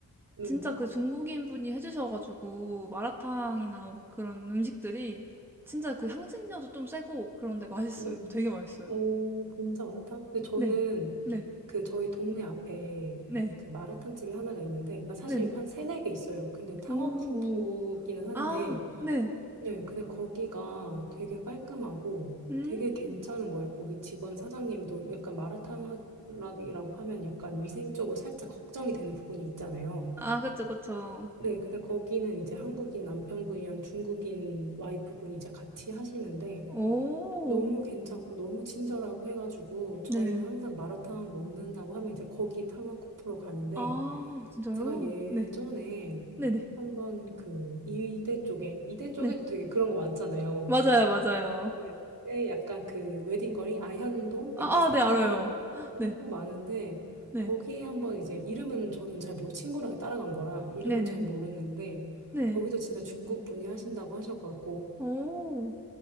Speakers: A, on the right; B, in the centre.
A: 네,
B: 진짜 그 중국인분이 해 주셔 가지고 마라탕이나 뭐 그런 음식들이 진짜 그 향신료도 좀 세고 그런데 맛있어요.
A: 네.
B: 되게 맛있어요.
A: 오, 봉자 마라탕? 근데 저는
B: 네. 네.
A: 그 저희 동네 앞에
B: 네.
A: 그 마라탕 집이 하나가 있는데, 그러니까 사실
B: 네네.
A: 한 세네 개 있어요. 근데 탕화쿵푸기는
B: 오. 오.
A: 한데,
B: 아 네.
A: 네, 근데 거기가 되게 깔끔하고
B: 음.
A: 되게 괜찮은 거예요. 거기 직원 사장님도 약간 마라탕이라고 하면 약간 위생적으로 살짝 걱정이 되는 부분이 있잖아요.
B: 아 그쵸, 그쵸.
A: 네, 근데 거기는 이제 한국인 남편분이랑 중국인 와이프분이 이제 같이 하시는데,
B: 오
A: 너무 괜찮고 너무 친절하고 해가지고 저희는
B: 네.
A: 항상 마라탕 먹는다고 하면 이제 거기 탕화코프로 가는데
B: 아 진짜요?
A: 제가 예전에
B: 네. 네네. 네.
A: 한번 그 이대 쪽에 이대 쪽에도
B: 네.
A: 되게 그런 거 많잖아요.
B: 맞아요, 맞아요.
A: 네. 그때 약간 그 웨딩거리 아현동
B: 아아
A: 약간 사이에
B: 네 알아요.
A: 엄청
B: 네.
A: 많은데
B: 네.
A: 거기에 한번 이제 이름은 저는 잘 모르 친구랑 따라간 거라 이름은
B: 네네네.
A: 잘 모르는데
B: 네.
A: 거기도 진짜 중국 분이 하신다고 하셔지고
B: 어